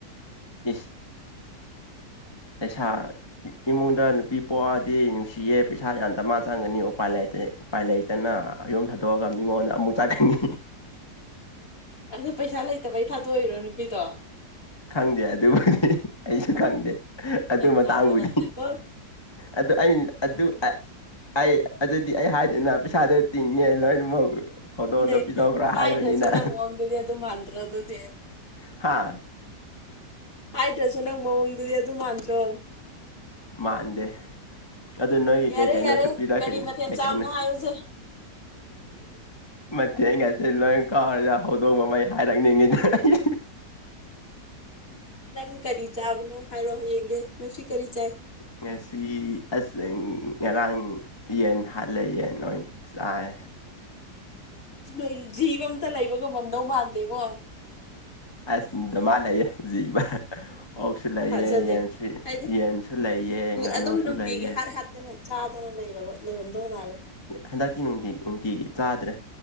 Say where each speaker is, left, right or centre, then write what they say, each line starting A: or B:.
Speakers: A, on the left; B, on the left.
A: ꯏꯁꯤꯁ ꯄꯩꯁꯥ ꯏꯃꯨꯡꯗ ꯅꯨꯄꯤ ꯄꫭꯛꯑꯗꯤ ꯅꯨꯡꯁꯤꯌꯦ ꯄꯩꯁꯥ ꯌꯥꯝ ꯗꯃ ꯆꯪꯒꯅꯤ ꯎꯄꯥꯏ ꯂꯩꯇꯦ ꯎꯄꯥꯏ ꯂꯩꯇꯅ ꯌꯨꯝ ꯊꯥꯗꯣꯛꯑꯒ ꯃꯤꯉꯣꯟꯗ ꯑꯃꯨꯛ ꯆꯠꯈꯤꯅꯤ
B: ꯑꯗꯨ ꯄꯩꯁꯥ ꯂꯩꯇꯕꯩ ꯊꯥꯗꯣꯛꯏꯔꯣ ꯅꯨꯄꯤꯗꯣ
A: ꯈꯪꯗꯦ ꯑꯗꯨꯕꯨꯗꯤ ꯑꯩꯁꯨ ꯈꯪꯗꯦ ꯑꯗꯨ
B: ꯅꯪ
A: ꯃꯇꯥꯡꯕꯨꯗꯤ
B: ꯖꯥꯠ ꯖꯥꯠ ꯍꯥꯏꯔꯛꯀꯅꯤ
A: ꯑꯗꯨ ꯑꯩ ꯑꯗꯨ ꯑꯩ ꯑꯗꯨꯗꯤ ꯑꯩ ꯍꯥꯏꯗꯦꯅ ꯄꯩꯁꯥꯗꯣ ꯇꯤꯡꯉꯦ ꯂꯣꯏꯅꯃꯛ ꯈꯧꯗꯣꯡꯗꯣ
B: ꯅꯪ
A: ꯄꯤꯊꫭꯛꯈꯔꫭ
B: ꯍꯥꯏꯗ꯭ꯔꯁꯨ
A: ꯍꯥꯏꯕꯅꯤꯅ
B: ꯅꯪ ꯃꯑꯣꯡꯗꯨꯗꯤ ꯑꯗꯨ ꯃꯥꯟꯗ꯭ꯔ ꯑꯗꯨꯗꯤ
A: ꯍꯥꯥ
B: ꯍꯥꯏꯗ꯭ꯔꯁꯨ ꯅꯪ ꯃꯑꯣꯡꯗꯨꯗꯤ ꯑꯗꯨꯝ ꯃꯥꯟꯗ꯭ꯔꯣ
A: ꯃꯥꯟꯗꯦ ꯑꯗꯨ ꯅꯣꯏꯒꯤ
B: ꯌꯥꯔꯦ
A: ꯀꯩ ꯀꯩꯅꯣꯁꯨ
B: ꯌꯥꯔꯦ
A: ꯄꯤꯔꯛꯀꯅꯤ
B: ꯀꯔꯤ ꯃꯊꯦꯜ
A: ꯀꯩ
B: ꯆꯥꯕꯅꯣ
A: ꯀꯩꯅꯣ
B: ꯍꯥꯏꯌꯨꯁꯦ
A: ꯃꯇꯦꯡ ꯒꯁꯦ ꯂꯣꯏ ꯀꯥꯎꯔꯦꯗ ꯍꯧꯗꯣꯡ ꯃꯃꯩ ꯍꯥꯏꯔꯛꯅꯤꯡꯉꯤꯗ ꯑꯩ
B: ꯅꯪ ꯀꯔꯤ ꯆꯥꯕꯅꯣ ꯍꯥꯏꯔꯣ ꯌꯦꯡꯒꯦ ꯉꯁꯤ ꯀꯔꯤ ꯆꯥꯏ
A: ꯉꯁꯤ ꯑꯁ ꯉꯔꯥꯡ ꯌꯦꯟ ꯍꯥꯠꯂꯦ ꯌꯦꯟ ꯑꫭꯏ ꯆꯥꯏ
B: ꯅꯣꯏꯒꯤ ꯖꯤꯕ ꯑꯝꯇ ꯂꯩꯕꯉꯝ ꯃꯝꯗꯧ ꯃꯥꯟꯗꯦꯉꫭ
A: ꯑꯁ ꯗꯃꯥ ꯂꯩꯌꯦ ꯖꯤꯕ ꯑꯣꯛꯁꯨ ꯂꯩꯌꯦ
B: ꯊꯥꯖꯗꯦ
A: ꯌꯦꯟꯁꯨ
B: ꯍꯥꯏꯗꯤ
A: ꯌꯦꯟꯁꯨ ꯂꯩꯌꯦ ꯉꯥꯅꯨꯁꯨ
B: ꯑꯗꯨꯝ ꯅꯨꯡꯇꯤꯒꯤ
A: ꯂꯩꯌꯦ
B: ꯍꯥꯠ ꯍꯥꯠꯇꯅ ꯆꯥꯗꯅ ꯂꯩꯔꯕ ꯂꯩꯔꯝꯗꯧ ꯃꯥꯜꯂꯦ
A: ꯍꯟꯗꯛꯇꯤꯅꯨꯡꯇꯤ ꯅꯨꯡꯇꯤꯒꯤ ꯆꯥꯗ꯭ꯔꯦ